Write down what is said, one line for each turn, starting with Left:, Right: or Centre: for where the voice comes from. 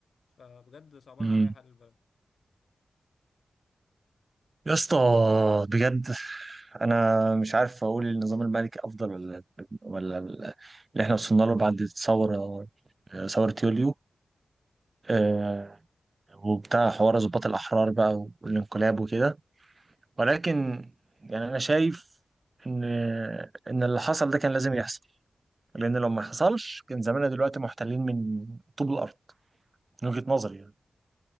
Left: فبجد صعبان
Right: امم
Left: عليا حال البلد
Right: يا اسطى بجد انا مش عارف اقول النظام الملكي افضل ولا ولا اللي احنا وصلنا له بعد الثوره ثوره يوليو آه، وبتاع حوار ضباط الاحرار بقى والانقلاب وكده ولكن يعني انا شايف ان ان اللي حصل ده كان لازم يحصل لان لو ما حصلش كان زماننا دلوقتي محتلين من طوب الارض من وجهه نظري يعني.